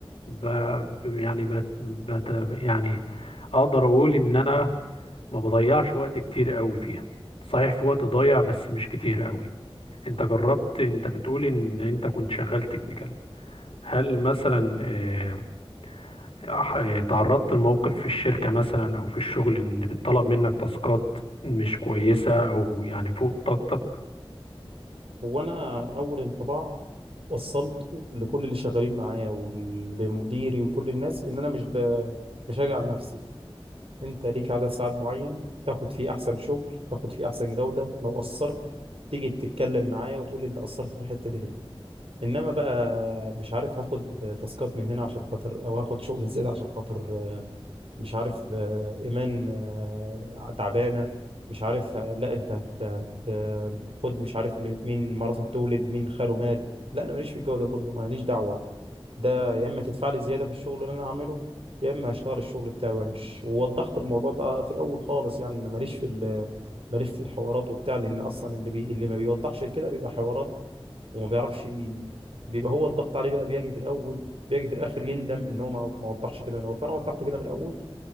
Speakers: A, on the left (about 70°); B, on the right (about 70°).
A: ب... ب- يعني بت... بت... يعني اقدر اقول ان انا ما بضيعش وقت كتير قوي فيها صحيح في وقت ضايع بس مش كتير قوي انت جربت انت بتقول ان انت كنت شغال تكنيكال هل مثلا آه، ح- تعرضت لموقف في الشركة مثلا أو في الشغل إن بيطلب منك تاسكات مش كويسة أو يعني فوق طاقتك
B: هو انا اول انطباع وصلته لكل اللي شغالين معايا ولمديري وكل الناس ان انا مش ب... مش هاجي على نفسي انت ليك عدد ساعات معين تاخد فيه احسن شغل تاخد فيه احسن جودة لو قصرت تيجي تتكلم معايا وتقول لي انت قصرت في الحتة دي ليه انما بقى مش عارف هاخد تاسكات من هنا عشان خاطر او هاخد شغل زيادة عشان خاطر مش عارف آه، ايمان آه، تعبانه مش عارف آه، لا انت هت- هت- آه، خد مش عارف م- مين مراته بتولد مين خاله مات لا انا ماليش في الجو ده كله ماليش دعوه ده يا اما تدفع لي زياده في الشغل اللي انا هعمله يا اما هشتغل الشغل بتاعي وامشي ووضحت الموضوع ده في الاول خالص يعني انا ماليش في ال- ماليش في الحوارات وبتاع لان اصلا اللي بي اللي ما بيوضحش كده بيبقى حوارات وما بيعرفش ي- بيبقى هو الضغط عليه بقى بيجي في الاول بيجي في الاخر يندم ان هو ما ما وضحش كده من الاول فانا وضحت كده من الاول